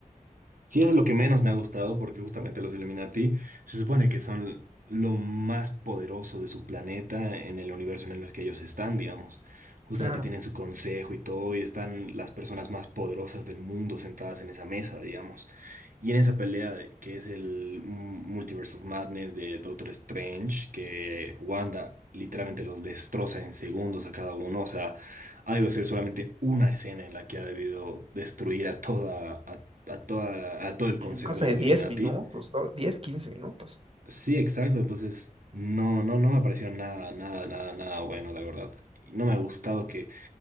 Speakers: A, on the right (about 65°); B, on the right (about 40°).
A: Sí, eso es lo que menos me ha gustado, porque justamente los Illuminati se supone que son lo más poderoso de su planeta en el universo en el que ellos están, digamos. Justamente
B: Claro.
A: tienen su consejo y todo, y están las personas más poderosas del mundo sentadas en esa mesa, digamos. Y en esa pelea de- que es el M- Multiverse of Madness de Doctor Strange, que Wanda literalmente los destroza en segundos a cada uno, o sea, ha debido ser solamente una escena en la que ha debido destruir a toda, a, toda, a todo el consejo
B: En cosa
A: de los
B: de
A: Illuminati.
B: 10 minutos, ¿no? 10, 15 minutos.
A: Sí, exacto, entonces no, no, no me pareció nada, nada, nada, nada bueno, la verdad. Y no me ha gustado que